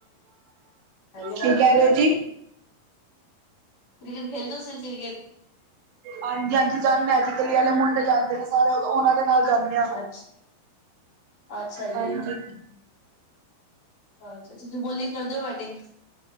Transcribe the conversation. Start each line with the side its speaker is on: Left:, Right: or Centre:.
Left: ਹੈਲੋ
Right: ਕੀ
Left: ਭਾਜੀ
Right: ਕੈ ਰੇ ਓ ਜੀ?
Left: ਕ੍ਰਿਕਿਟ ਖੇਲਦੇ ਓ ਕ੍ਰਿਕੇਟ?
Right: ਹਾਂਜੀ ਹਾਂਜੀ, ਜਾਂਦ ਮੈਜੀ ਕੱਲੀ ਆਲੇ ਮੁੰਡੇ ਜਾਂਦੇ ਨੇ ਸਾਰੇ ਓਹਨਾਂ ਦੇ ਨਾਲ ਜਾਂਦ ਦੇ ਆਂ,
Left: ਅੱਛਾ ਅੱਛਾ ਜੀ।
Right: ਹਾਂਜੀ।
Left: ਅੱਛਾ ਅੱਛਾ, ਤੁ ਬੋਲੀਗ ਕਰਦੇ ਓ ਵੈਟਿੰਗ?